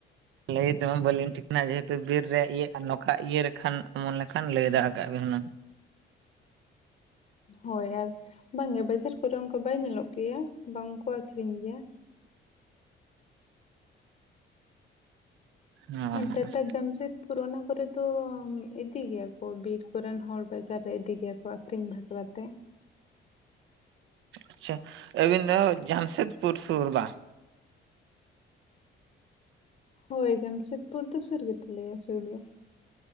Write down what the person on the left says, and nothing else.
ᱦᱳᱭ ᱟᱨ ᱵᱟᱝᱜᱮ ᱵᱟᱡᱟᱨ ᱠᱚᱨᱮ ᱚᱱᱠᱟ ᱵᱟᱭ ᱧᱮᱞᱚᱜ ᱜᱮᱭᱟ ᱵᱟᱝᱠᱚ ᱟᱠᱷᱨᱤᱧ ᱜᱮᱭᱟ
ᱴᱟᱴᱟ ᱡᱚᱢᱥᱮᱫ ᱯᱚᱨ ᱚᱱᱟ ᱠᱚᱨᱮ ᱫᱚ ᱤᱫᱤ ᱜᱮᱭᱟ ᱠᱚ ᱵᱤᱨ ᱠᱚᱨᱮᱱ ᱦᱚᱲ ᱵᱟᱡᱟᱨ ᱨᱮ ᱤᱫᱤ ᱜᱮᱭᱟ ᱠᱚ ᱟᱠᱠᱷᱨᱤᱧ ᱵᱟᱠᱷᱨᱟ ᱛᱮ
ᱦᱳᱭ ᱡᱟᱢᱥᱮᱫᱽᱯᱩᱨ ᱫᱚ ᱥᱩᱨ ᱜᱮᱛᱟ ᱞᱮᱭᱟ ᱥᱩᱨ ᱫᱚ᱾